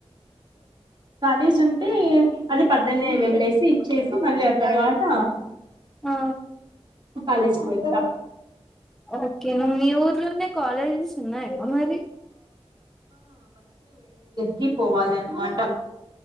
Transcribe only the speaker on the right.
కాలేజ్ ఉంటే అది పద్దన్నే వెళ్ళేసి ఇచ్చేసి మళ్ళీ ఆ తర్వాత
కాలేజ్కి వెళ్తా
కి పోవాలె అన్మాట